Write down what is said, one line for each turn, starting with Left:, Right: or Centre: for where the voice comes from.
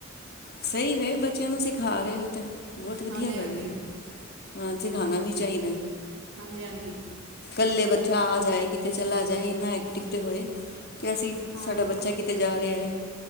Left: ਸਹੀ ਵੇ ਬੱਚਿਆਂ ਨੂੰ ਸਿਖਾ ਰਹੇ ਹੋ ਤੇ। ਬਹੁਤ ਵਧੀਆ
Right: ਹਾਂਜੀ
Left: ਗੱਲ
Right: ਹਾਂਜੀ
Left: ਐ। ਹਾਂ ਸੀਖਾਣਾ ਵੀ ਚਾਹੀਦਾ।
Right: ਹਾਂਜੀ ਹਾਂਜੀ
Left: ਕੱਲੇ ਬੱਚਾ ਆ ਜਾਏ ਕਿਤੇ ਚਲਾ ਜਾਏ। ਇਨਾ ਐਕਟਿਵ ਤੇ ਹੋਏ। ਕਿ ਅਸੀਂ
Right: ਹਾਂ
Left: ਸਾਡਾ ਬੱਚਾ ਕਿਤੇ ਜਾ - ਤੇ ਐ।